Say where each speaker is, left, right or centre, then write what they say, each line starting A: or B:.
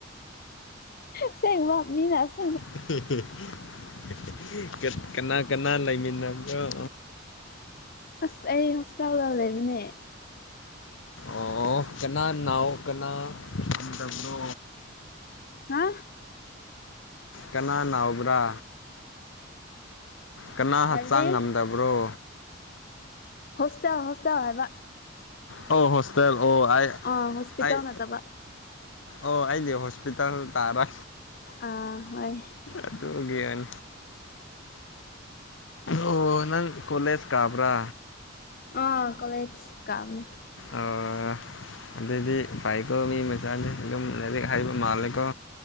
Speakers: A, on the left; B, on the left.
A: ꯁꯦꯡꯕ ꯃꯤꯅ ꯑꯁ
B: <unintelligible> ꯀꯠ ꯀꯅꯥ ꯀꯅꯥ ꯂꯩꯃꯤꯟꯅꯕ꯭ꯔꯣ
A: ꯑꯁ ꯑꯩ ꯍꯣꯁꯇꯦꯜꯗ ꯂꯩꯕꯅꯦ
B: ꯑꯣ ꯀꯅꯥ ꯅꯥꯎ ꯀꯅꯥ ꯉꯝꯗꯕ꯭ꯔꯣ
A: ꯍꯥ
B: ꯀꯅꯥ ꯅꯥꯎꯕ꯭ꯔꯥ ꯀꯅꯥ
A: ꯍꯥꯏꯕꯗꯤ
B: ꯍꯛꯆꯥꯡ ꯉꯝꯗꯕ꯭ꯔꯣ
A: ꯍꯣꯁꯇꯦꯜ ꯍꯣꯁꯇꯦꯜ ꯍꯥꯏꯕ
B: ꯑꯣ ꯍꯣꯁꯇꯦꯜ ꯑꯣ ꯑꯥꯏ
A: ꯑꯥ ꯍꯣꯁꯄꯤꯇꯥꯜ
B: ꯑꯩ
A: ꯅꯠꯇꯕ
B: ꯑꯣ ꯑꯩꯗꯤ ꯍꯣꯁꯄꯤꯇꯥꯜ ꯇꯥꯔꯥ
A: ꯑꯥ ꯍꯣꯏ
B: ꯑꯗꯨꯒꯤꯟ ꯑꯣ ꯅꯪ ꯀꯣꯂꯦꯁ ꯀꯥꯕ꯭ꯔꯥ
A: ꯑꯥ ꯀꯣꯂꯦꯖ ꯀꯕꯅꯦ
B: ꯑꯣ ꯑꯗꯨꯗꯤ ꯐꯩꯀꯣ ꯃꯤ ꯃꯆꯥꯗꯤ ꯑꯗꯨꯝ ꯂꯥꯏꯔꯤꯛ ꯍꯩꯕ ꯃꯟꯂꯦꯀꯣ